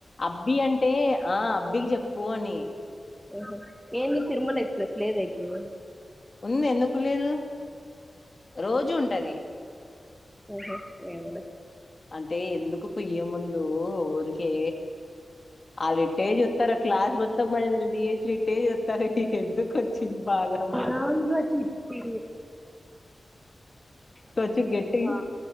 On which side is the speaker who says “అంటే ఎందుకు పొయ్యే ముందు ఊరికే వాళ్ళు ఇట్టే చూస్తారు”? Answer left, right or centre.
Left